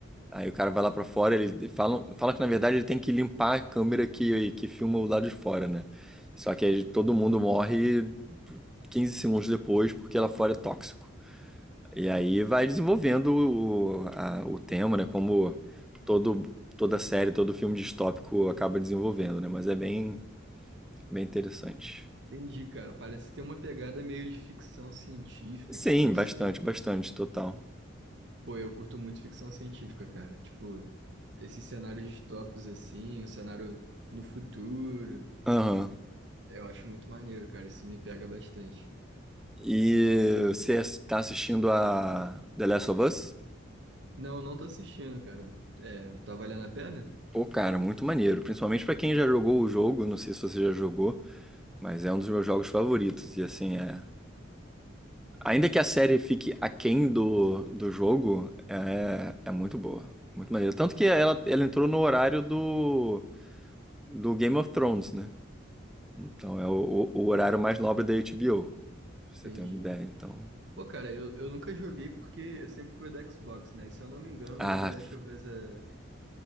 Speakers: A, in the centre; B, on the right.
A: Aí o cara vai lá pra fora, ele fala, fala que na verdade ele tem que limpar a câmera que, que filma o lado de fora, né? Só que aí todo mundo morre 15 segundos depois porque lá fora é tóxico. E aí vai desenvolvendo o, a- o tema, né? Como todo, toda série, todo filme distópico acaba desenvolvendo, né? Mas é bem, bem interessante.
B: Entendi, cara. Parece ter uma pegada meio de ficção científica,
A: Sim,
B: assim, não
A: bastante,
B: sei.
A: bastante, total.
B: Pô, eu curto muito ficção científica, cara. Tipo, esses cenários distópicos, assim, o cenário do futuro.
A: Aham.
B: Eu acho muito maneiro, cara. Isso me pega bastante.
A: E você está assistindo a The Last of Us?
B: Não, não tô assistindo, cara. É, tá valendo a pena?
A: Pô, cara, muito maneiro. Principalmente pra quem já jogou o jogo, não sei se você já jogou, mas é um dos meus jogos favoritos. E assim, é Ainda que a série fique aquém do, do jogo, é, é muito boa. Muito maneira. Tanto que ela, ela entrou no horário do, do Game of Thrones, né? Então é o, o- o horário mais nobre da HBO. Pra você
B: Entendi.
A: ter uma ideia, então.
B: Pô, cara, eu, eu nunca joguei porque eu sempre fui do Xbox, né? E se eu não me engano,
A: Ah,
B: o The Last of Us é